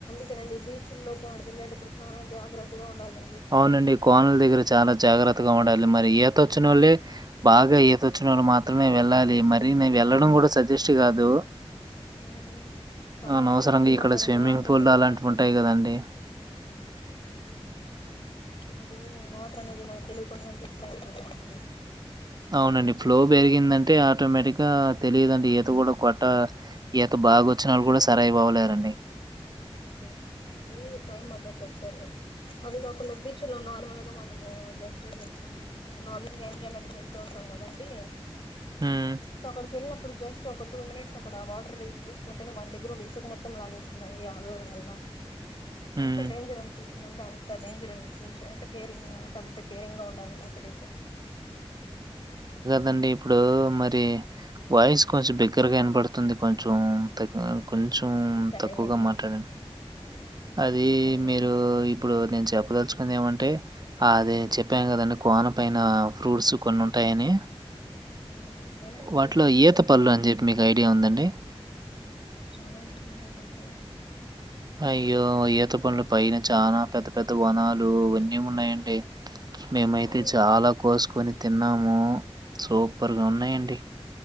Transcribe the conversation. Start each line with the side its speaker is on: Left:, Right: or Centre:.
Left: తినండి బీచుల్లో పాడు తళ్ళేటప్పుడు చాలా జాగ్రత్తగా ఉండాలి
Right: అవ్నండి కోనల్ దెగ్గర చాలా జాగ్రత్ కిల్లొ వండాక్ మరి ఈతొచ్చినొళ్ళే
Left: ఉమ్
Right: బాగ ఈతోచ్చినొల్ మాత్రమే వెళ్ళాలి మరీ నెవ్ వెళ్ళడం కూడ సజెస్ట్ కాదు
Left: ఉమ్ చాలా
Right: అనవసరంగ
Left: కేర్ఫుల్
Right: ఇక్కడ
Left: గా ఉండాలండి
Right: స్విమ్మింగ్
Left: వాటర్
Right: పూల్
Left: దగ్గర
Right: ల్ల అలాంటివి
Left: మాత్రం
Right: ఉంటాయి
Left: అయితే
Right: కదండి
Left: అదీ వాటర్ అనేది మనం తెలీకుండానె తీసుకుపోతుందండి
Right: అవునండి ఫ్లో పెరిగిందంటే ఆటోమేటిగ్గ తెలీదండి ఈత కూడా కొ ఆ ఈత బాగ్ వొచ్చినళ్ళు కూడా సర అయి బవలేరండి
Left: ఉ అండి అదీ టైం అండి ఒక్కొక్కసారి అది కాకుండా బీచ్ల్లో నార్మల్గ మనము జస్ట్ చెప్ప నార్మల్గ ఎంజాయ్మెంట్ వెళ్తూ ఉంటాం కదాండి
Right: హ్మ్.
Left: సొ అక్కడికెళ్ళినప్పుడు జస్ట్ ఒక టూ మినిట్స్ అక్కడ వాటర్ దిగి నిల్చుకుంటె నె మన దెగ్గరున్న ఇసుక మొత్తం లాగేసిందండి అల మల్ల వదల్ల
Right: హ్మ్.
Left: ఎంత డేంజర్ అనిపిస్తుందంటే అంత డేంజర్ అనిపిస్తుంది ఎంత కేరింగ్ ఉంటే అంత కేరింగ్ గా ఉండాలండి అక్కడైతే
Right: దండి ఇప్పుడూ మరి వాయిస్ కొంచెం బిగ్గరగా ఇనపడుతుంది కొంచెం తగ్గ కొన్ చెం
Left: సరేలేండి
Right: తక్కువగా మాట్లాడండి అదీ
Left: చెప్పండి
Right: మీరూ ఇప్పుడు నేను చెప్పద చ్చు కుందేమంటే ఆదే చెప్పాం కదండి కోన పైనా ఫ్రూట్స్ కొన్నుంటయని
Left: అవునండి ఎలాంటి
Right: వాట్లో
Left: ఫ్రూట్స్ ఉంటాయండి
Right: ఈత పళ్ల అన్ చెప్పి మీకు ఐడియా ఉందండి
Left: ఓ నాక్ చాలా ఇష్టం అండి అదై తే
Right: అయ్యో ఈత పండ్లు పైన చాలా పెద్ద పెద్ద వనాలు వన్యం ఉన్నాయండి మేమైతె
Left: కానీ అక్కడికి
Right: చాలా కోసుకొని తిన్నాము సూపర్గ ఉన్నాయండి